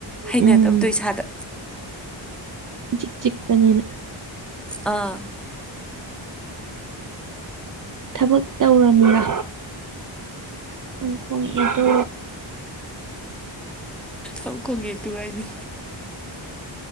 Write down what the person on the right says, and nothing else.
ꯎꯝ
ꯏꯆꯤꯛ ꯆꯤꯛꯄꯅꯤꯅ
ꯊꯕꯛ ꯇꯧꯔꯃꯤꯔꯥ ꯑꯗꯨꯈꯣꯡ ꯏꯗ